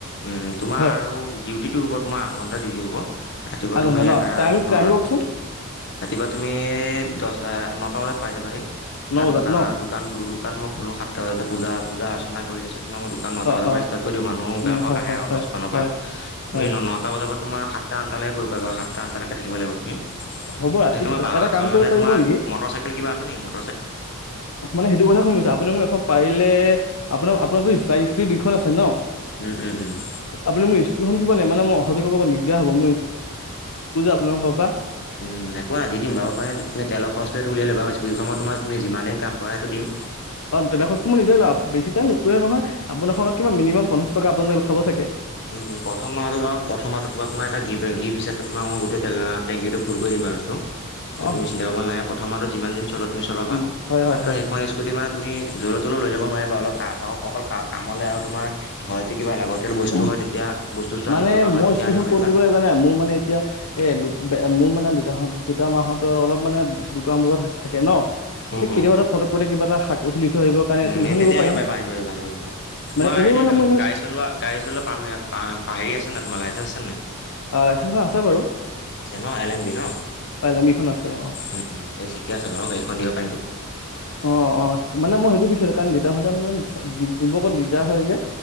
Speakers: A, on the left (about 50°); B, on the left (about 80°).
A: উম-উম তোমাৰ
B: হয়
A: আৰু ডিউতি টো হব তোমাৰ আঠ ঘন্টা ডিউটি হব। ৰাতিপুৱা
B: আঠ
A: তুমি
B: ঘণ্টা
A: এ
B: ন টাইম
A: অ
B: টাইম কওকচোন
A: ৰাতিপুৱা তুমি দহ নটা বজাত পাই যাবাহি
B: ন
A: কাৰণ
B: বজাত
A: দোকানৰ
B: ন
A: দোকান দোকান মই খোলো সাতটা বজাতে পূজা পূজা অৰ্চনা কৰি তাৰ পিছত তোমাৰ মই দোকান নটা
B: অ
A: বজাৰ
B: অ
A: পৰা ষ্টাৰ্ট কৰি দিওঁ মানুহ
B: উম
A: গ্ৰাহক
B: হয়
A: আহে
B: হয়
A: আৰু
B: হয়
A: দছ মানৰ
B: হয়
A: পৰা তুমি
B: হয়
A: নটা বজাৰ পৰা তোমাৰ সাত তা আঠটালে কৰিব পাৰিবা সাতটা আঠটা লৈকে থাকিব লাগিব উম
B: হ'ব ৰাতি
A: কি তোমাৰ
B: সাত
A: বা
B: এটা কাম কৰিব
A: মানে
B: পাৰিব
A: তোমাৰ
B: নেকি
A: মটৰ চাইকেল কিবা আছে নিকি ম
B: মানে সেইটো কথা শুনিছো আপুনি মোক এখন পাৰিলে আপোনাৰ আপোনাৰ বাইক স্কুটী দুইখন আছে ন
A: উম উম উম
B: আপুনি মোক স্কুটীখন দিব নে মানে মোৰ অহা সহতে কৰিব অকৌ। দিগদাৰ হব <unintelligible> আপোনালোক ঘৰ পৰা <unintelligible>
A: উম একো নাই দি দিম বাৰু উপায় নাই তুমি তেলৰ খৰচ টো উলিয়াই ল'বা স্কুটীখন মই তোমাক যিমানে কাম কৰা হেতু দিম
B: অ তেলৰ খৰছ টো মই নিজেই ওলাম বেছি তেল নুপুৰে নহয় আপহেডখলে
A: উম উম
B: কিমান মিনিমাম পঞ্চাছ ত আপোনাৰ খাব চাগে
A: উম উম প্ৰথম মাহ টো বাৰু প্ৰথম মাহটো তোমাক মই এটা গিফ্ট হিচাপে তোমাক মই গোটেই তেলৰ টেংকিটো ফুল কৰি দিম বাৰু সেইটো
B: অ
A: সেই তুমি চিন্তা কৰিব নালাগে প্ৰথম মাহটো যিমান দিন চলোৱা তুমি চলাবা
B: উম, হয় হয়
A: মাত্ৰ
B: হয়
A: সেইখন স্কুটি মানে তুমি যলৈ তলৈ লৈ যাব অ নোৱাৰিবা অলপ অকল কামলে আৰু তোমাৰ ঘৰতে কিবা লাগতিয়াল বস্তু
B: উহ
A: হয় তেতিয়া বস্তু চস্তু
B: মানে
A: আনিব লগা হয়
B: মই
A: তেতিয়া
B: স্কুটীখন
A: আনিব পাৰিবা।
B: ক'ত দিব লাগিব জানা মোৰ মানে এতিয়া এ <unintelligible> মোৰ মানে দেতাহত দেতা মা হত ৰ আৰু অলপ মানে দুটামান বজালে থাকে ন
A: উম
B: এই কেতিয়াবা
A: উম।
B: এটা ফটক কৰি কিবা এটা শাক পাচলি থৈ আহিবৰ কাৰণে
A: উম
B: স্কুটিখন
A: তেতিয়া
B: নিব পাৰিম
A: পাইবা আনিব পাৰিবা <unintelligible> তোমাৰ
B: মানে এনেই
A: এনে
B: মানে
A: দাঙ
B: মই
A: গাড়ী চলোৱা গাড়ী চলোৱাৰ পা--পাঅ পাঅ হেই আছে নাই তোমাৰ লাইচেঞ্চ আছে নাই
B: লাইচেঞ্চখন আছে বাৰু
A: আছে ন এল এম বি ন
B: এলামিখন আছে অ
A: উম উম তে ঠিকে আছে বাৰু গাড়ীখন দি ব
B: অ অ মানে মই সেইটো বিচাৰো কাৰণ দুটা হলে মানে দিগ দিবলে দিগদাৰ হয় যে